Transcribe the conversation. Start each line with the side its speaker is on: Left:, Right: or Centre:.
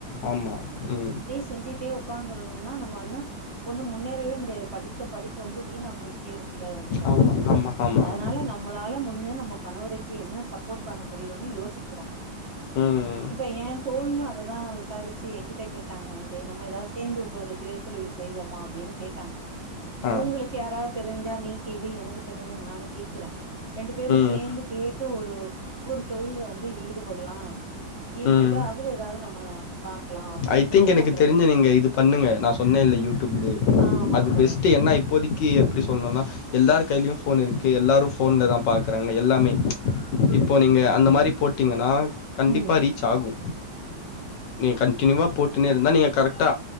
Left: ஆமா ம்
Right: செஞ்சிட்டே உட்காந்துருந்தோனா நம்ம வந்து ஒண்ணும் முன்னேரவே மு டியாது படித்த படிப்பு வந்து வீணா போய்கிட்டே இருக்குல்ல வந்து தோழரே
Left: ஆமா
Right: வந்து
Left: ஆமா ஆமா
Right: அதனால
Left: ஆமா
Right: நம்மளால முடிஞ்சத நம்ம கணவருக்கு என்ன சப்போர்ட் பண்ண முடியுனு யோசிக்கிறோ
Left: ம்
Right: இப்ப எ தோழியு அததா விசாரிச்சு என்கிட்ட கே டாங்க வந்து நம்ம ஏதாவது சேந்து ஒரு சுய தொழில் செய்வோமா அப்டின்னு கேட்டாங்க
Left: ஆ
Right: உங்களுக் கு யாரா தெரிஞ்சா நீ கேளு எனக்கு தெரிஞ்சா நானு கேக்குற ரெண்டு பேரு
Left: ம்
Right: சேந்து கேட்டு ஒரு ஒரு தொழில்ல வந்து ஈடுபட்லா ஈடுபட்டு
Left: ம்
Right: அதுல ஏதாவது நம்ம பாக்கலா அப்டின்னு
Left: ஐ திங்க்
Right: சொல்லி
Left: எனக்கு
Right: நாங்க
Left: தெரிஞ்சு
Right: ரெண்டு பேசி
Left: நீங்க இது பண்ணுங்க நா சொன்னே இல்ல யூடியூப்
Right: ஆமா
Left: அது
Right: தோழா
Left: பெஸ்ட்டு என்ன இ இப்போதிக்கி எப்டி சொல்ணுனா எல்லார் கையிலயு ஃபோன் இருக்கு எல்லாரு ஃபோன்ல
Right: ம்
Left: தா பா பார்க க்றாங்க எல்லாமே இப்போ நீங்க அந்த மாரி போட்டீங்கனா கண்டிப்
Right: ம்
Left: ரீச் ஆகு, நீங்க கண்டினியூவா போட்டுனே இருந்தா நீங்க கரெக்டா